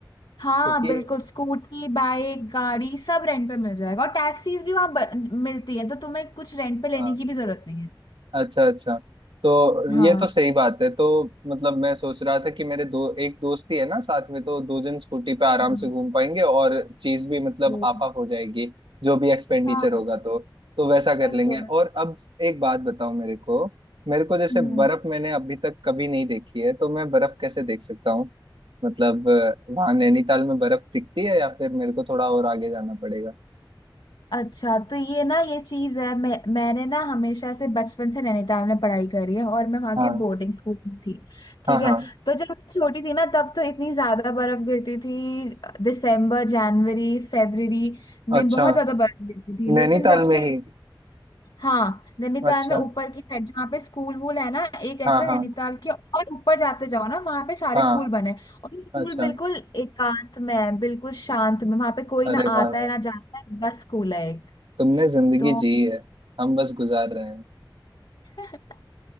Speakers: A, on the left (about 70°); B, on the right (about 85°).
A: हाँ
B: क्योंकि
A: बिल्कुल स्कूटी बाइक गाड़ी सब रेंट पे मिल जाएगा और टैक्सीज भी वहां ब- मिलती है तो तुम्हें कुछ रेंट पे लेने
B: हाँ
A: की भी जरूरत नहीं है
B: अच्छा अच्छा तो
A: हाँ
B: ये तो सही बात है तो मतलब मैं सोच रहा था कि मेरे दो एक दोस्त ही है ना साथ में तो दो जन स्कूटी पे आराम
A: हाँ
B: से घूम पाएंगे और चीज भी मतलब
A: वो,
B: हाफ हाफ हो जाएगी जो भी एक्सपेंडिचर
A: हाँ
B: होगा तो तो वैसा कर
A: बिल्कुल
B: लेंगे और अब एक बात बताओ मेरे को मेरे को जैसे
A: हम्म
B: बर्फ मैंने अभी तक कभी नहीं देखी है तो मैं बर्फ कैसे देख सकता मतलब वहां नैनीताल में बर्फ दिखती है या फिर मेरे को थोड़ा और आगे जाना पड़ेगा
A: अच्छा तो ये ना ये चीज है मैं मैंने ना हमेशा से बचपन से नैनीताल में पढ़ाई करी है और मैं वहां
B: हाँ
A: के बोर्डिंग स्कूल में थी ठीक
B: हाँ
A: है
B: हाँ
A: तो जब मैं छोटी थी ना तब तो इतनी ज्यादा बर्फ गिरती थी दिसंबर जनवरी फरवरी में
B: अच्छा
A: बहुत ज्यादा बर्फ गिरती थी
B: नैनीताल
A: लेकिन जब
B: में
A: से
B: ही
A: हाँ नैनीताल
B: अच्छा
A: में ऊपर की साइड जहाँ पे स्कूल वूल है ना एक ऐसा
B: हाँ हाँ
A: नैनीताल के और ऊपर जाते जाओ ना वहां पे सारे
B: हाँ
A: स्कूल बने हैं। और ये स्कूल
B: अच्छा
A: बिल्कुल एकांत में है बिल्कुल शांत में वहां पे कोई ना
B: अरे वाह
A: आता
B: यार
A: है ना जाता है बस स्कूल है एक
B: तुमने जिंदगी
A: तो
B: जी है हम बस गुजार रहे हैं
A: <laughs>